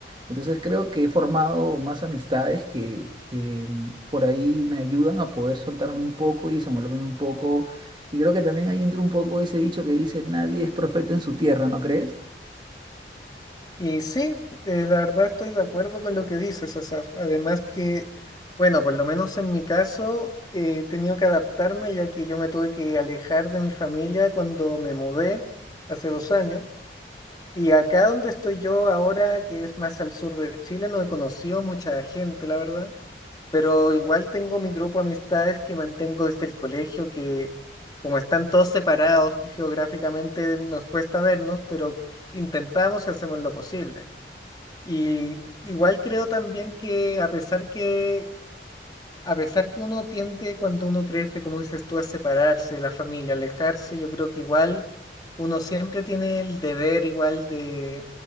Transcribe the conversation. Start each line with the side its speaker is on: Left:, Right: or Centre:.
Right: entonces creo que he formado más amistades que, que mm, por ahí me ayudan a poder soltarme un poco y desenvolverme un poco. Y creo que también ahí entra un poco ese dicho que dice, nadie es profeta en su tierra, ¿no crees?
Left: Y sí, eh, la verdad estoy de acuerdo con lo que dices, Asaf. Además que, bueno, por lo menos en mi caso, eh, he tenido que adaptarme ya que yo me tuve que alejar de mi familia cuando me mudé hace dos años. Y acá donde estoy yo ahora, que es más al sur de Chile, no he conocido mucha gente, la verdad. Pero igual tengo mi grupo de amistades que mantengo desde el colegio, que como están todos separados geográficamente, nos cuesta vernos, pero intentamos y hacemos lo posible. Y igual creo también que a pesar que, a pesar que uno tiende cuando uno crece, como dices tú, a separarse de la familia, alejarse, yo creo que igual uno siempre tiene el deber igual de